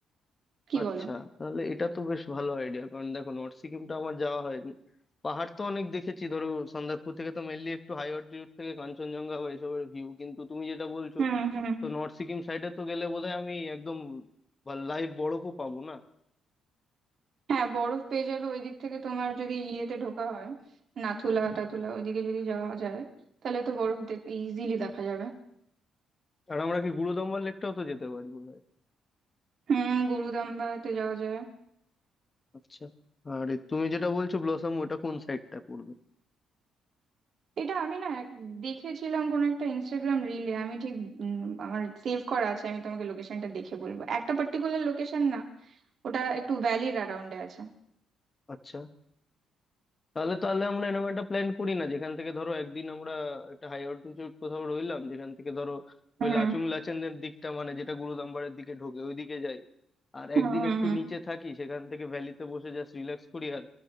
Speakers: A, on the right; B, on the left.
A: কি
B: আচ্ছা
A: বলো
B: তাহলে এটা তো বেশ ভালো আইডিয়া কারণ দেখো নর্থ সিকিমটা আমার যাওয়া হয়নি পাহাড় তো অনেক দেখেছি ধরো সন্দাকফু থেকে তো মেনলি একটু হাই অল্টিটিউড থেকে কাঞ্চনজঙ্ঘা বা এসবের ভিউ কিন্তু তুমি যেটা বলছো
A: হুম হুম
B: তো নর্থ সিকিম সাইডে তো গেলে বোধহয় আমি একদম লাইভ বরফও পাবো না
A: হ্যাঁ বরফ পেয়ে যাবে ওই দিক থেকে তোমার যদি ইয়েতে ঢোকা হয় নাথুলা টাথুলা ওইদিকে যদি যাওয়া যায় তাহলে তো বরফ দেখ ইজিলি দেখা যাবে
B: আর আমরা কি গুরুদম্বার লেকটাও তো যেতে পারি বোধহয়
A: হুম গুরুদাম্বাতে যাওয়া যায়
B: আচ্ছা আর এ তুমি যেটা বলছো ব্লসম ওটা কোন সাইডটা পড়বে
A: এটা আমি না এক- দেখেছিলাম কোন একটা ইনস্টাগ্রাম রিলে আমি ঠিক উম, আমার সেভ করা আছে আমি তোমাকে লোকেশনটা দেখে বলবো একটা পার্টিকুলার লোকেশন না ওটা একটু ভ্যালির অ্যারাউন্ডে আছে
B: আচ্ছা তাহলে তাহলে আমরা এরকম একটা প্ল্যান করি না যেখান থেকে ধরো একদিন আমরা একটা হাই অল্টিটিউড কোথাও রইলাম যেখান থেকে ধরো
A: হুম
B: ওই লাচুং লাচেনের দিকটা মানে যেটা গুরুদাম্বারের দিকে ঢোকে ওইদিকে যাই আর
A: হুম
B: একদিন
A: হুম
B: একটু
A: হুম।
B: নিচে থাকি সেখান থেকে ভ্যালিতে বসে জাস্ট রিল্যাক্স করি আর